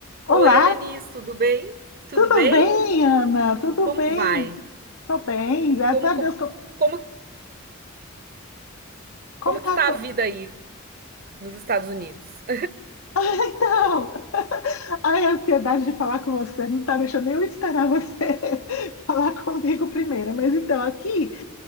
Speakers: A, on the left; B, on the right.
A: Olá,
B: Oi, Helenice, tudo bem? Tudo
A: tudo
B: bem?
A: bem, Ana? Tudo
B: Como
A: bem?
B: vai?
A: Tô bem, graças
B: Como,
A: a Deus.
B: como,
A: Co-
B: como, como
A: Como,
B: que
A: tá?
B: tá
A: a sua-
B: a vida aí nos Estados Unidos? <laughs>
A: <laughs> Ah, Então, ai, a ansiedade de falar com você não tá deixando eu esperar você <laughs> falar comigo primeiro. Mas então, aqui